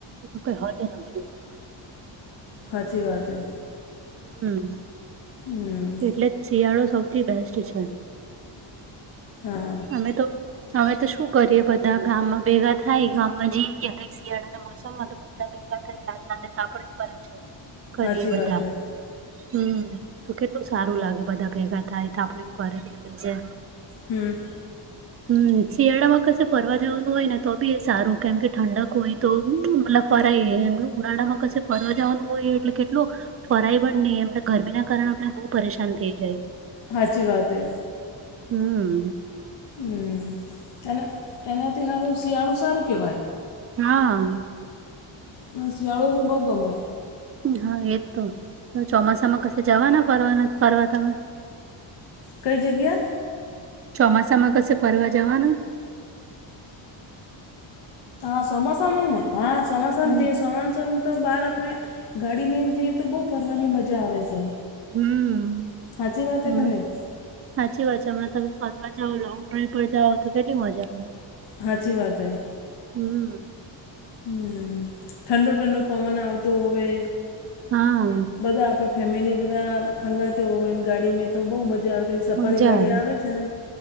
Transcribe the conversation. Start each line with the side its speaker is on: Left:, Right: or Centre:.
Right: કઈ હોય ન <inaudible>
Left: હાચી વાત હે.
Right: હમમ
Left: હમમ
Right: એટલે જ શિયાળો સૌથી બેસ્ટ છે.
Left: હા
Right: અમે તો અમે તો શું કરીએ બધા ગામમાં ભેગા થાય ગામમાં જઈએ ક્યારેક શિયાળામાં મોસમમા તો બધા ભેગા થાય રાતના ને તાપણું કરે છે કરીએ
Left: સાચી
Right: બધા.
Left: વાત હે
Right: હમ તો કેટલું સારું લાગે બધા ભેગા થાય તાપણું કરે ત્યારે જે.
Left: હમ
Right: હમ શિયાળામાં કશે ફરવા જવાનું હોય ને તો બી સારું. કેમ કે ઠંડક હોય તો મતલબ ફરાય એનું ઉનાળામાં કશે ફરવા જવાનું હોય એટલે કેટલું ફરાય પણ ની એમને ગરમીના કારણે બઉ પરેશાન થઈ જાય.
Left: સાચી વાત હે
Right: હમ
Left: હમ અને એનાથી હારું શિયાળું સારું કેવાય.
Right: હા
Left: હા અને શિયાળો ભી બહુ ગમે.
Right: હા એજ તો, ચોમાસામાં કશે જવાના ફરવાના ફરવા તમે?
Left: કઈ જગ્યા?
Right: ચોમાસામાં કશે ફરવા જવાના?
Left: હા સમસમને હા સમસમમાં
Right: હમ
Left: જઇયે સમસમ તો બહાર આપણે. ગાડી લઈને જઈએ તો બહુ ફરવાની મઝા આવે છે.
Right: હમ,
Left: સાચી વાત
Right: હમણા.
Left: હે કે નહીં
Right: હાચી વાત છે. હમણાં તમે ફરવા જઓ, લોંગ ડ્રાઈવ પર જાઓ તો કેટલી મજા આવે.
Left: હાચી વાત હૈ.
Right: હમ.
Left: હમ ઠંડો ઠંડો પવન આવતો હોવે.
Right: હા.
Left: બધા આપે ફેમિલી બધા હંગાતે હોય ને ગાડીમે તો બઉ મજા આવે. પેલી સફારી
Right: મઝા
Left: ગાડી
Right: આવે
Left: છે ને